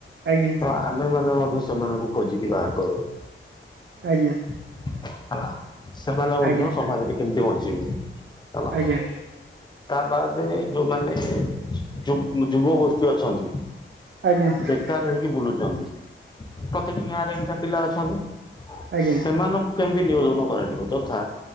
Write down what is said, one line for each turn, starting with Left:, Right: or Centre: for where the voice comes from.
Right: ଆଜ୍ଞା।
Left: ତ ଆମେମାନେ ମଧ୍ୟ ସେମାନଙ୍କୁ ଖୋଜିକି ବାହାର କରୁ।
Right: ଆଜ୍ଞା।
Left: ହେଲା ସେମାନେ ମଧ୍ୟ
Right: ଆଜ୍ଞା ଆଜ୍ଞା
Left: ସମାଜରେ କେମତି ବଞ୍ଚିବେ। ହେଲା
Right: ଆଜ୍ଞା।
Left: ତା ବାଦେ ଯୋଉମାନେ ଯୁ-ଉଁ-ଯୁବ ଗୋଷ୍ଠୀ ଅଛନ୍ତି
Right: ଆଜ୍ଞା
Left: ବେକାର ହେଇକି ବୁଲୁଚନ୍ତି ପ୍ରତିଟି ଗାଁରେ ଏମତିଆ ପିଲା ଅଛନ୍ତି।
Right: ଆଜ୍ଞା
Left: ସେମାନଙ୍କୁ କେମିତି ନିୟୋଜନ କରାଯିବ ଯଥା